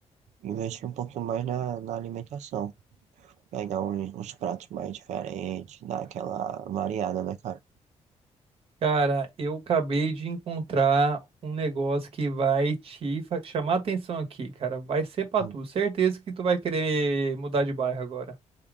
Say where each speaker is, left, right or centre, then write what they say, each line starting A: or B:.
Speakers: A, on the right; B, on the right.
A: investir um pouquinho mais na, na alimentação. Pegar uns, uns pratos mais diferentes, dar aquela variada, né, cara?
B: Cara, eu acabei de encontrar um negócio que vai te fa- chamar a atenção aqui, cara. Vai ser pra
A: Hum,
B: tu. Certeza que tu vai querer mudar de bairro agora.